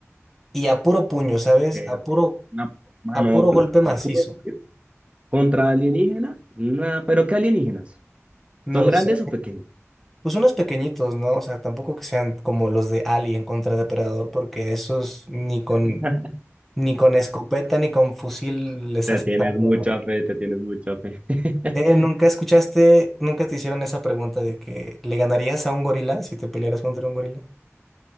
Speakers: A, in the centre; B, on the right.
A: Y a puro puño, ¿sabes?
B: que
A: A puro,
B: una manopla,
A: a puro golpe macizo.
B: a puro tiro. contra alienígena, nada, pero ¿qué alienígenas?
A: No
B: ¿Son
A: lo
B: grandes
A: sé.
B: o pequeños?
A: Pues unos pequeñitos, ¿no? O sea, tampoco que sean como los de Alien contra Depredador, porque a esos ni con,
B: <laughs>
A: ni con escopeta ni con fusil les
B: Te
A: haces
B: tienes
A: algo,
B: mucha
A: ¿no?
B: fe, te tienes mucha fe. <laughs>
A: Eh, ¿nunca escuchaste, nunca te hicieron esa pregunta de que le ganarías a un gorila si te pelearas contra un gorila?